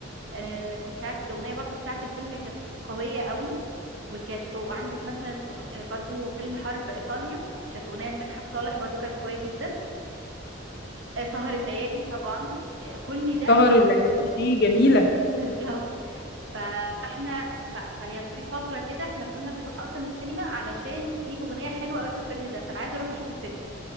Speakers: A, on the right (about 70°); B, on the left (about 55°).
A: آه، بتاعت الأغنية برضو بتاعت الفيلم كانت قوية قوي وكانت وعندك مثلا أغن- آه، برضو فيلم حرب إيطاليا كانت أغنية لمدحت صالح برضو كانت قوية جدا آه، سهر الليالي طبعا آه، كل ده
B: سهر
A: <laughs>
B: الليالي دي جميلة
A: بالظبط ف- فاحنا ف- فهي في فترة كده احنا كنا بنروح أصلا السينما علشان في أغنية حلوة قوي في الفيلم ده فأنا عايزة أروح أشوف الفيلم